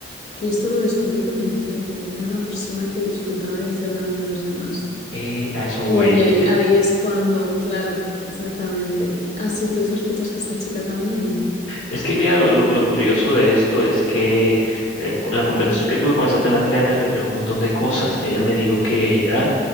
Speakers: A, on the left; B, on the left.
A: que y esto lo descubrí con el tiempo, era una persona que disfrutaba de hacer daño a los demás.
B: eh, a eso voy.
A: Eh, y ahí, ahí es cuando, claro, exactamente. Así tú sospechas que esta chica también.
B: Es que mira, lo, lo- lo curioso de esto es que eh, con la conversación que tuve con esta tailandesa me reveló un montón de cosas. Ella me dijo que ella